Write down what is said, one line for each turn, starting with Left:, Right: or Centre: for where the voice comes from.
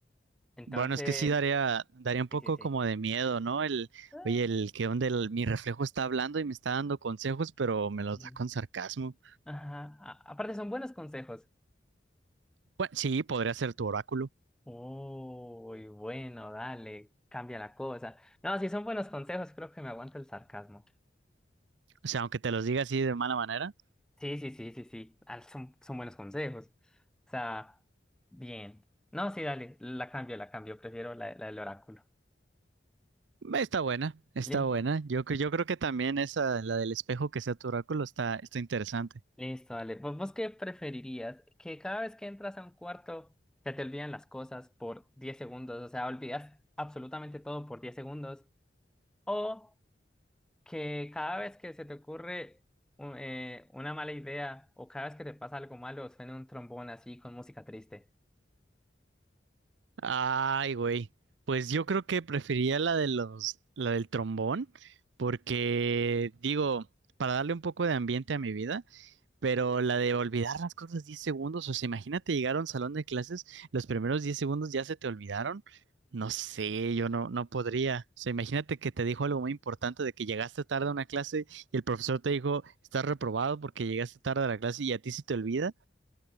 Centre: Entonces,
Right: Bueno, es que sí daría, daría un poco
Centre: sí, sí, sí.
Right: como de miedo, ¿no? El,
Centre: Ah,
Right: oye, el que donde el- mi reflejo está hablando y me está dando consejos, pero me los
Centre: sí.
Right: da con sarcasmo.
Centre: Ajá. A- Aparte, son buenos consejos.
Right: Bueno, sí, podría ser tu oráculo.
Centre: Uy, bueno, dale, cambia la cosa. No, si son buenos consejos, creo que me aguanto el sarcasmo.
Right: O sea, aunque te los diga así de mala manera,
Centre: Sí, sí, sí, sí, sí, ah, son, son buenos consejos. O sea, bien. No, sí, dale, la cambio, la cambio, prefiero la, la del oráculo.
Right: está buena, está
Centre: Listo,
Right: buena. Yo, cre- yo creo que también esa, la del espejo que sea tu oráculo, está, está interesante.
Centre: listo, dale. ¿Vos, vos qué preferirías? Que cada vez que entras a un cuarto se te olvidan las cosas por 10 segundos, o sea, olvidas absolutamente todo por 10 segundos. O que cada vez que se te ocurre u- eh, una mala idea o cada vez que te pasa algo malo, suene un trombón así con música triste.
Right: Ay, güey. Pues yo creo que prefería la de los, la del trombón, porque digo, para darle un poco de ambiente a mi vida. Pero la de olvidar las cosas 10 segundos, o sea, imagínate llegar a un salón de clases, los primeros 10 segundos ya se te olvidaron. No sé, yo no, no podría. O sea, imagínate que te dijo algo muy importante de que llegaste tarde a una clase y el profesor te dijo, estás reprobado porque llegaste tarde a la clase y a ti se te olvida.